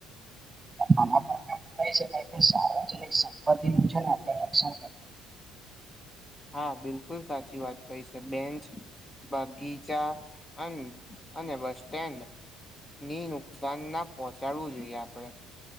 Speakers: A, on the right; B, on the left.
A: આ સાર્વજનિક સંપતિ નું છે ને આપણે રક્ષણ <inaudible>
B: હા બિલકુલ સાચી વાત કઈ છે બેન્ચ બગીચા અ અને બસ સ્ટેન્ડ ની નુકસાન ના પહોંચાડવું જોઈએ આપણે